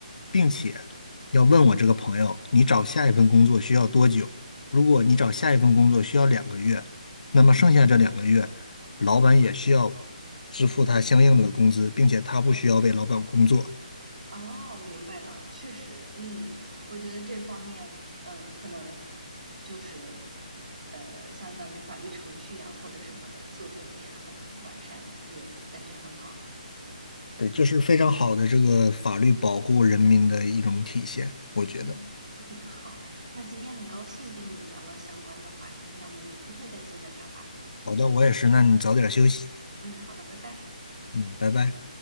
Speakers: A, on the left (about 65°); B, on the right (about 70°).
A: 并且要问我这个朋友，你找下一份工作需要多久？如果你找下一份工作需要两个月，那么剩下这两个月，
B: 嗯。
A: 老板也需要支付他相应的工资，并且他不需要为老板工作。
B: 哦，明白了，确实，嗯，我觉得这方面，嗯，可能就是，呃，相当于法律程序啊或者什么的做的也很完善，也感觉很好。
A: 对，这是非常好的这个法律保护人民的一种体现，我觉得。
B: 嗯嗯，好，那今天很高兴跟你聊了相关的话题，那我们有机会再接着聊吧。
A: 好的，我也是，那你早点休息。
B: 嗯，好的，拜拜。
A: 嗯，拜拜。